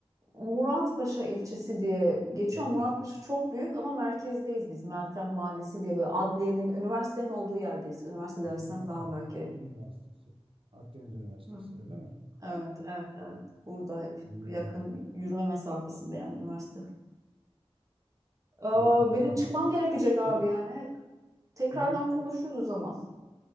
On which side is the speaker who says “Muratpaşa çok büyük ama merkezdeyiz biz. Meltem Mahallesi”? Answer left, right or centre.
Right